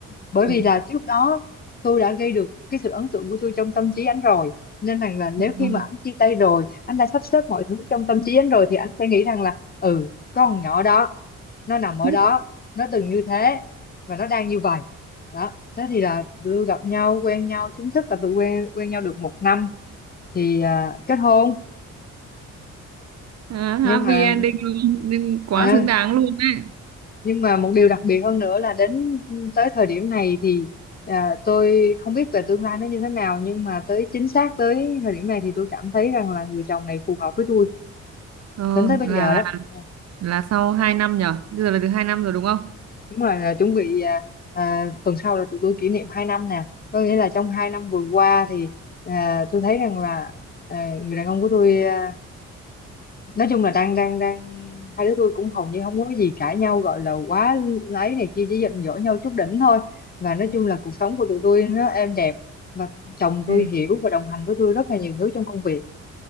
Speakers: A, on the left; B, on the right.
A: bởi
B: Ừ,
A: vì là trước đó tôi đã gây được cái sự ấn tượng của tôi trong tâm trí anh rồi nên rằng là nếu
B: đúng
A: khi mà
B: rồi.
A: anh chia tay rồi anh đã sắp xếp mọi thứ trong tâm trí anh rồi thì anh sẽ nghĩ rằng là ừ con nhỏ đó nó nằm ở
B: <laughs>
A: đó nó từng như thế và nó đang như vậy đó thế thì là tụi tôi gặp nhau quen nhau chính thức là tụi quen quen nhau được một năm thì à, kết hôn
B: À, happy
A: nhưng mà
B: ending luôn, nhưng quá
A: à,
B: xứng đáng luôn đấy.
A: nhưng mà một điều đặc biệt hơn nữa là đến tới thời điểm này thì à, tôi không biết về tương lai nó như thế nào nhưng mà tới chính xác tới thời điểm này thì tôi cảm thấy rằng là người chồng này phù hợp với tôi
B: Ờ,
A: đến tới bây
B: là
A: giờ
B: là
A: đó Ừ.
B: là sau 2 năm nhở. Bây giờ là được hai năm rồi đúng không?
A: đúng rồi là chuẩn bị à, à, tuần sau là tụi tôi kỷ niệm 2 năm nè có nghĩa là trong 2 năm vừa qua thì à, tôi thấy rằng là à, người đàn ông của tôi à, nói chung là đang đang đang hai đứa tôi cũng hầu như không có cái gì cãi nhau gọi là quá ấy này kia chỉ giận dỗi nhau chút đỉnh thôi và nói chung là cuộc sống của tụi tôi nó êm đẹp và chồng tôi
B: Ê,
A: hiểu và đồng hành với tôi rất là nhiều thứ trong công việc